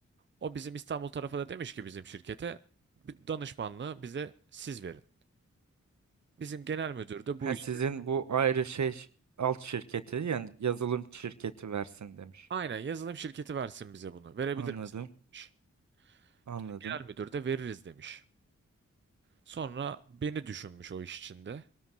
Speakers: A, on the right; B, on the right.
A: o bizim İstanbul tarafı da demiş ki bizim şirkete bir danışmanlığı bize siz verin. Bizim genel müdür de
B: Ha,
A: bu işte
B: sizin bu ayrı şey alt şirketi yani yazılım şirketi versin demiş.
A: aynen yazılım şirketi versin bize bunu. Verebilir
B: Anladım.
A: misiniz? demiş.
B: Anladım.
A: Bizim genel müdür de veririz demiş. Sonra beni düşünmüş o iş içinde.